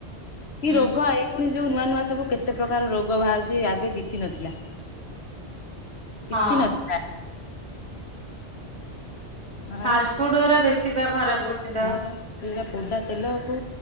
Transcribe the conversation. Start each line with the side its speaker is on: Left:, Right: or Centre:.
Left: କି
Right: ହୁଁ।
Left: ରୋଗ ଏଇଖୁଣି ଯୋଉ ନୂଆ, ନୂଆ ସବୁ କେତେ ପ୍ରକାର ରୋଗ ବାହାରୁଚି, ଆଗେ କିଛି ନଥିଲା।
Right: ହଁ
Left: କିଛି ନଥିଲା। ଆଉ
Right: ଫାଷ୍ଟଫୁଡ ଗୁରା ବେଶୀ ବା ଖରାପ କରୁଛି। ଦେହ।
Left: ହଁ ବା। ସେଗୁଡା ପୋଡ଼ା ତେଲକୁ